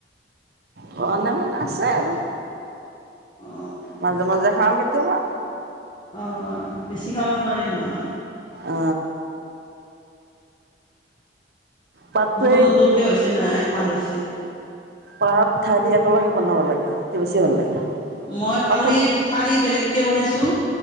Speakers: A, on the right; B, on the left.
A: ঘনে মানে আছে আৰু
B: অ
A: মাজে মাজে খাওঁ কেতিয়াবা
B: অঁ বেছি খাব নোৱাৰিল নহয়
A: অ পাতে
B: মোৰো নতুনকে হৈছে নাই ভাল হৈছে
A: পাত ঠাৰি একেলগে বনাব লাগে তেতিয়া বেছি ভাল লাগে
B: মই
A: পাতত
B: কালি ঠাৰি বেলেগ কে বনাইছোঁ।